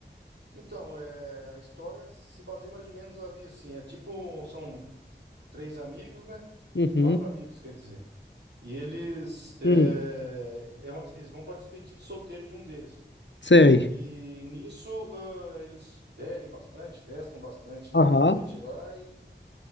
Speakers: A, on the right; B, on the left.
A: Então, é, a história se baseia mais ou menos ali, assim, é tipo, são três amigos, né?
B: Uhum.
A: Quatro amigos, quer dizer. E eles, é,
B: Hum.
A: é uma- eles vão para despedida de solteiro de um deles.
B: Sei.
A: E nisso, ah, eles bebem bastante, festam bastante lá
B: Aham.
A: na noite lá e,